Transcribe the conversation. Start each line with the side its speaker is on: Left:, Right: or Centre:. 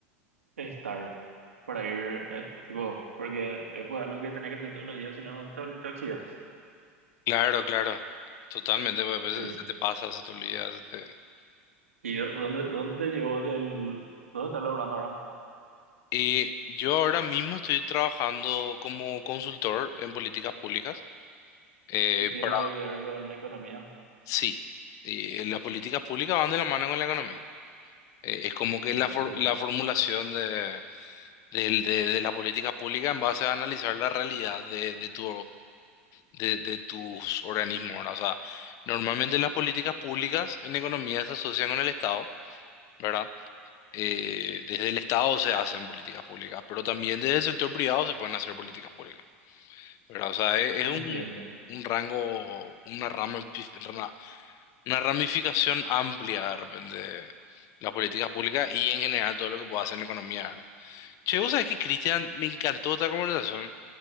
Right: estar. Para ir, eh, tipo, porque es pues, algo que tenés que hacer todos los días, si no te, te oxidas.
Left: Claro, claro, totalmente, pues, a veces
Right: Sí.
Left: se te pasa, se te olvida. se te-
Right: ¿Y dó- dónde, dónde te llevó el... ¿Dónde estás laburando ahora?
Left: Y yo ahora mismo estoy trabajando como consultor en políticas públicas. eh,
Right: Si tiene
Left: para...
Right: algo que ver con la economía.
Left: Sí, y las políticas públicas van de la mano con la economía. Eh, es como que
Right: Entiendo,
Left: la, for- la formulación de, del- de, de las políticas públicas en base a analizar la realidad de, de, tu, de, de tus organismos, ¿verdad? O sea, normalmente las políticas públicas en economía se asocian con el Estado. ¿verdad? eh, desde el Estado se hacen políticas públicas, pero también desde el sector privado se pueden hacer políticas públicas, ¿verdad? O sea, e-
Right: entiendo.
Left: es, un, un rango, una rama, una, una ramificación amplia de repente las políticas públicas y en general todo lo que pueda hacer en economía, ¿verdad? Che, vos sabés que, Cristian, me encantó esta conversación,